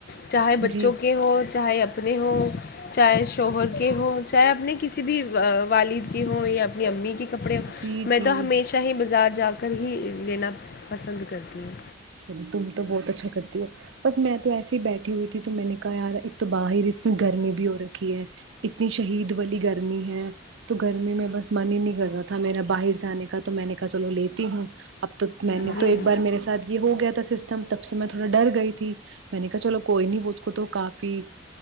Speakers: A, on the left (about 50°); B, on the right (about 70°).
A: چاہے بچوں
B: جی
A: کے ہ چاہے اپنے ہوں چاہے شوہر کے ہوں چاہے اپنے کسی بھی والد کے ہوں یا اپنی امی کی کپڑے
B: جی
A: میں
B: جی
A: تو ہمیشہ ہی بس بازار جا کر ہی لینا پسند کرتی ہوں
B: چلو تم تو بہت اچھکت ہو بس میں تو ایس ہی بیٹھی ہوئی تھی تو تو میں نے کہا یار ایک تو باہر اتنی گرمی بھی ہو رکھی ہے اتنی شہید والی گرمی ہے تو گرمی میں بس من ہی نہیں کر رہا تھا میرا باہر جانے کا تو میں نے کہا چلو لیتی ہوں اب تو میں نے
A: جی
B: تو ایک بار میرے ساتھ یہ ہو گیا تھا سسٹم تب سے میں تھوڑا ڈر گئی تھی میں نے کہا چلو کوئی نہیں وہ اس کو تو کافی